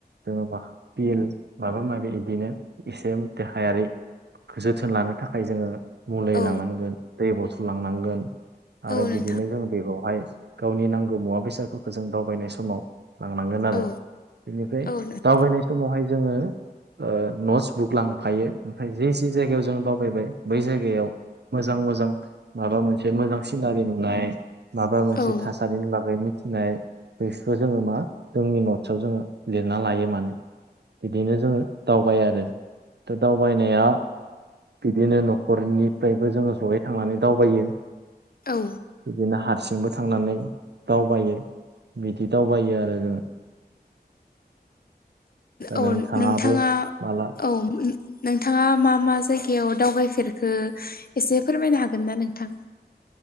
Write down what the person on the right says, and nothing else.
जोङो मा बिल माबा माबि बिदिनो एसे देहायारि जोथोन लानो थाखाय जोङो मुलि
लांनांगोन दै बथल लांनांगोन आरो
बिदिनो जों बे बेवहाय गावनि नांगौ मुवा बेसादफोरखौ जों दावबायनाय समाव लांनांगोन आरो
बेनिफ्राय
दावबायनाय समावहाय जोङो ओ नटस बुक लांफायो ओमफ्राय जि जि जायगायाव जों दावबाय बै जायगायाव मोजां मोजां माबा मोनसे मोजां सिनारि नुनाय माबा मोनसे
थासारिनि बागै मिथिनाय बेसो जोङो मा जोंनि नटसआव जोङो लिरना लायो माने बिदिनो जोङो दावबाय आरो दा दावबायनाया बिदिनो न'खरनिफ्रायबो जोङो जयै थांनानै दावबायो
बिदिनो हारसिंबो थांनानै दावबायो बिदि दावबायो आरो जों
नोंथाङाबो
माला